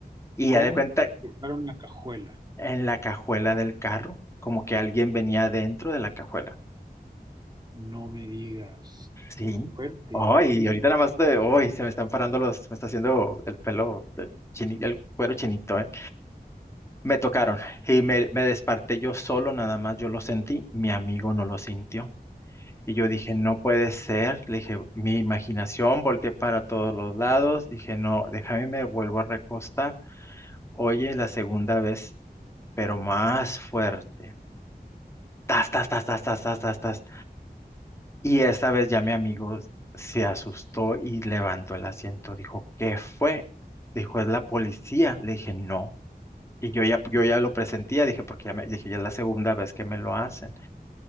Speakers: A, on the left (about 15°); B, on the right (about 25°).
A: Y
B: ¿cómo
A: ya de cuenta,
B: tocaron la cajuela?
A: en la cajuela del carro, como que alguien venía dentro de la cajuela.
B: No me digas,
A: Sí.
B: qué fuerte.
A: Ay,
B: ¿Y qué?
A: y ahorita nada más de, ay, se me están parando los, me está haciendo el pelo, el, chini- el cuero chinito, ¿eh? Me tocaron y me, me desperté yo solo, nada más yo lo sentí, mi amigo no lo sintió. Y yo dije, no puede ser, le dije, mi imaginación, volteé para todos los lados, dije, no, déjame, me vuelvo a recostar. Oye, la segunda vez, pero más fuerte. Tas, tas, tas, tas, tas, tas, tas, tas. Y esta vez ya mi amigo se asustó y levantó el asiento. Dijo, ¿qué fue? Dijo, es la policía. Le dije, no. Y yo ya, yo ya lo presentía, dije, porque ya me, dije, ya es la segunda vez que me lo hacen.